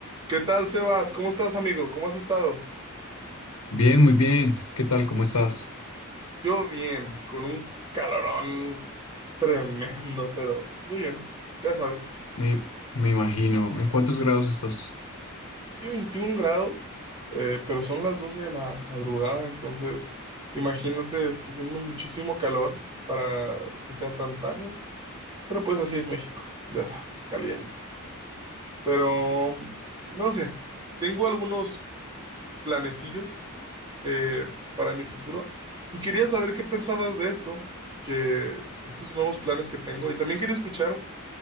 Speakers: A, on the right; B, on the left.
A: ¿Qué tal, Sebas? ¿Cómo estás, amigo? ¿Cómo has estado?
B: Bien, muy bien. ¿Qué tal? ¿Cómo estás?
A: Yo bien, con un calorón tremendo, pero muy bien, ya sabes.
B: Me, me imagino. ¿En cuántos grados estás?
A: Estoy a 21 grados, eh, pero son las 12 de la madrugada, entonces imagínate, está haciendo muchísimo calor para que sea tan tarde, pero pues así es México, ya sabes, caliente. Pero,
B: Ok.
A: no sé, tengo algunos planecillos eh, para mi futuro. Y quería saber qué pensabas de esto, que estos nuevos planes que tengo. Y también quería escuchar,